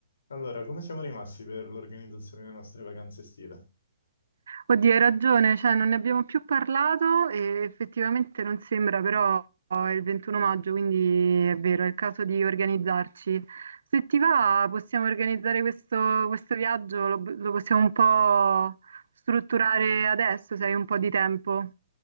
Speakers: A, on the left (about 75°); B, on the right (about 80°).
A: Allora, come siamo rimasti per l'organizzazione delle nostre vacanze estive?
B: Oddio, hai ragione, cioè non ne abbiamo più parlato e effettivamente non sembra, però è il 21 maggio, quindi è vero, è il caso di organizzarci. Se ti va, possiamo organizzare questo, questo viaggio, lo, lo possiamo un po' strutturare adesso, se hai un po' di tempo.